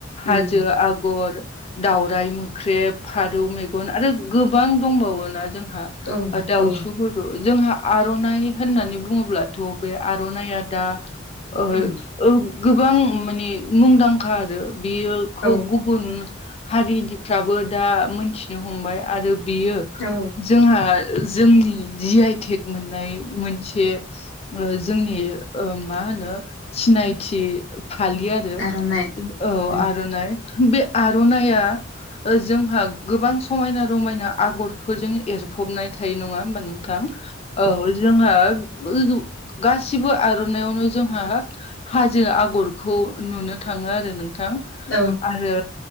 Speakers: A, on the left; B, on the left.
A: हाजो
B: उम
A: आगर दावराइ मोख्रेब फारौ मेगन आरो गोबां दंबावोना जोंहा
B: औ
A: दाउथुफोर
B: औ
A: जोंहा आर'नाइ होननानै बुङोब्लाथ' बे आर'नाइया दा ओ
B: उम
A: गोबां माने मुंदांखा आरो बियो खौ
B: औ
A: गुबुन हारिनिफ्राबो दा मोनथिनो हमबाय आरो बियो
B: औ
A: जोंहा जोंनि जिआइटेक मोननाय मोनसे जोंनि ओ मा होनो सिनायथि फालि
B: उम
A: आरो
B: आर'नाइ
A: ओ
B: उम
A: आर'नाइ बे आर'नाइआ ओ जोंहा गोबां समायना रमायना आगरफोरजों एरफबनाय थायो नङा होमबा नों थां औ जोंहा <unintelligible> गासिबो आर'नाइामयावनो जोंहा हाजो आगरखौ नुनो थाङो आरो नोंथां
B: औ
A: आरो